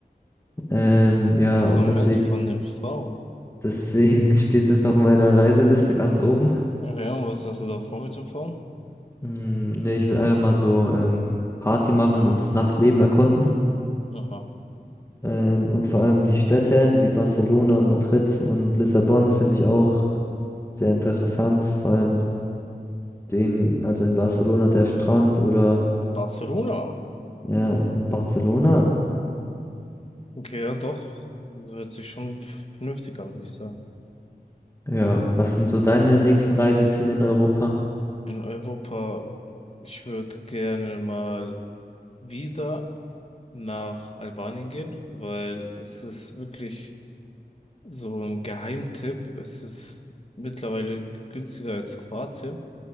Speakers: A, on the left (about 15°); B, on the left (about 40°).
A: Ähm, ja, und
B: Moment
A: deswegen
B: von den Frauen.
A: Deswegen <laughs> steht es auf meiner Reiseliste ganz oben.
B: Okay, und was hast du da vor mit den Frauen?
A: Mm, nee, ich will einfach mal so ähm, Party machen und das Nachtleben erkunden.
B: Aha.
A: Ähm, und vor allem die Städte wie Barcelona und Madrid und Lissabon finde ich auch sehr interessant. Vor allem den, also in Barcelona der Strand oder
B: Barcelona.
A: ja, in Barcelona.
B: Okay, ja, doch. Hört sich schon vernünftig an, würde ich sagen.
A: Ja, was sind so deine nächsten Reiseziele in Europa?
B: In Europa, ich würde gerne mal wieder nach Albanien gehen, weil es ist wirklich so ein Geheimtipp. Es ist mittlerweile günstiger als Kroatien.